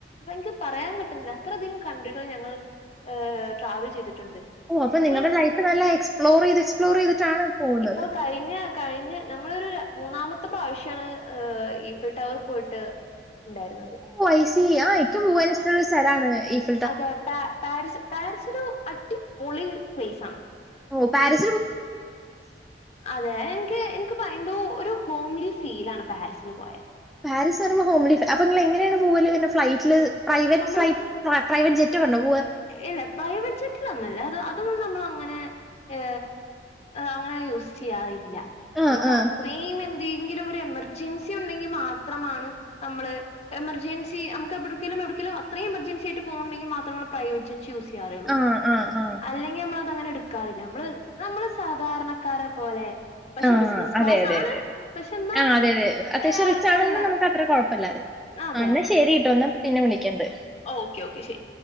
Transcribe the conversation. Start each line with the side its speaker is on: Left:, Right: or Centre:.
Left: എനിക്ക് പറയാൻ കിട്ടുന്നില്ല അത്രയധികം കൺട്രികൾ ഞങ്ങൾ ഏ ട്രാവൽ ചെയ്ത് ട്ടുണ്ട്
Centre: ഓ അപ്പൊ നിങ്ങളുടെ
Left: നിങ്ങൾ
Centre: ലൈഫ് നല്ല എക്സ്പ്ലോർ ചെയ്ത് എക്സ്പ്ലോർ ചെയ്തിട്ടാണ് പോകുന്നത്
Left: ഇപ്പൊ കഴിഞ്ഞ കഴിഞ്ഞ് നമ്മളൊരു മൂന്നാമത്തെ പ്രാവശ്യാണ് ഈഫിൽ ടവർ പോയിട്ട് ഉണ്ടായിരുന്നത്
Centre: ഓ ഐ ആ എനിക്കും പോവാൻ ഇഷ്ടമുള്ള ഒരു സ്ഥലമാണ് ഇഫ്
Left: അതെ പാ പാ പാരീസ് ഒരു അ ടി പൊളി പ്ലേസ് ആണ്
Centre: ഉം പാരീസ്
Left: അതെ എനിക്ക് എനിക്ക് ഭയ എന്തോ ഒരു ഹോംലി ഫീല് ആണ് പാരിസില് പോയാല്
Centre: <unintelligible> എങ്ങനെയാണ് പോവല് ഫ്ലൈറ്റ് ല് പ്രൈവറ്റ്
Left: നമ്മൾ
Centre: ഫ്ലൈറ്റ് പ്രൈ--വറ്റ് ജെറ്റ് <unintelligible> വണം
Left: ഇല്ല പ്രൈവറ്റ് ജെറ്റിലൊന്നല്ലേ അത് അതൊന്നും നമ്മള് അങ്ങനെ ഏ അങ്ങനെ യൂസ് ചെയ്യാറില്ല
Centre: ആ ആ
Left: നമുക്ക്
Centre: ആ
Left: അത്രയും എ ന്തെങ്കിലും എമർജൻസി ഉണ്ടെങ്കിൽ മാത്ര ത്രമാണ് നമ്മള് എമർജൻസി നമുക്ക് എവിടേക്കെലും എവിടേക്കെലും അത്രേം എമർജൻസി ആയിട്ട് പോകുന്നുണ്ടെങ്കിൽ മാത്രമാ പ്രൈവറ്റ് ജെറ്റ് ചൂസ് ചെയ്യാറുള്ളൂ
Centre: ആ ആ ആ
Left: അല്ലെങ്കി നമ്മള് <inaudible> അ അങ്ങനെ എടുക്കാറില്ല നമ്മള് നമ്മള് സാധാരണക്കാരെ പോലെ പക്ഷെ
Centre: ആഹ
Left: ബിസിനസ്
Centre: അതെ
Left: ക്ലാസ്
Centre: അതെ
Left: ആണ്
Centre: അതെ അതെ
Left: പക്ഷെ എന്നാ
Centre: ആ ആ അതെ അതെ ആ അതെ അതെ അത്യാവശ്യം
Left: ഏഹ്,
Centre: റിച്ച്
Left: ആൾക്കാരെല്ലാം
Centre: ആണെന്ന് നമുക്ക് അത്ര കുഴപ്പമില്ലാതെ
Left: അതെ
Centre: എന്ന ശരിട്ടോ എന്നാ പിന്നെ വിളിക്കണ്ട്
Left: ഓക്കെ ഓക്കെ ശരി